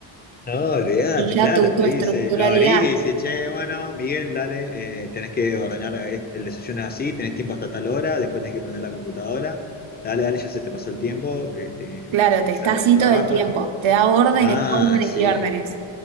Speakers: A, on the left; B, on the right.
A: No, olvídate,
B: y ya
A: claro,
B: tu,
A: por
B: tu
A: ahí
B: estructuralidad.
A: se, lo abrís y dices, che, bueno, Miguel, dale, eh, tenés que ordenar est- el desayuno es así, tenés tiempo hasta tal hora, después tenés que prender la computadora, dale, dale, ya se te pasó el tiempo, este,
B: Claro, te
A: hacer
B: está así
A: el trabajo,
B: todo el tiempo,
A: ¿no?
B: te da órdenes,
A: Ah,
B: órdenes
A: sí,
B: y órdenes.